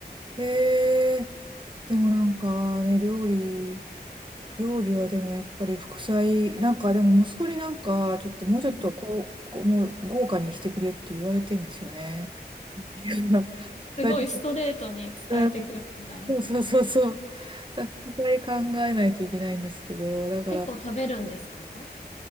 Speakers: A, on the right; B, on the left.
A: へえ。でもなんかね、料理、料理はでもやっぱり副菜、なんかでも息子になんかちょっともうちょっとこう、
B: うん。
A: こうもう豪華にしてくれって言われてんですよね。<laughs> いやだからちょっと
B: すごいストレートに伝えてくるんだ。
A: うんそうそうそうそう。だ副菜考えないといけないんですけど、だから、
B: 結構食べるんですか